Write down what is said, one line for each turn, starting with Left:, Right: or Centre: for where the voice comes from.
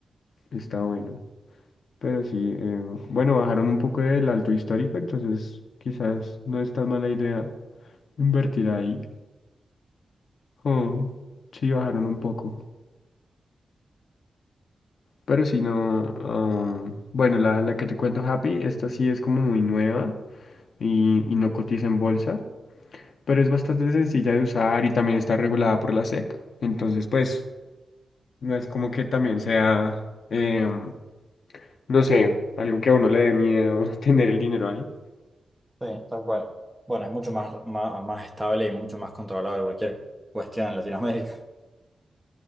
Left: Está bueno. Pero sí, eh, bueno, bajaron un poco del alto histórico, entonces quizás no es tan mala idea invertir ahí. Oh, sí, bajaron un poco. Pero sí, no. ah, bueno, la, la que te cuento, Happy, esta sí es como muy nueva y, y no cotiza en bolsa, pero es bastante sencilla de usar y también está regulada por la SEC. Entonces, pues, no es como que también sea, em, no sé, algo que a uno le dé miedo <laughs> tener el dinero ahí.
Centre: Sí, tal cual. Bueno, es mucho más, más, más estable y mucho más controlado que cualquier cuestión en Latinoamérica.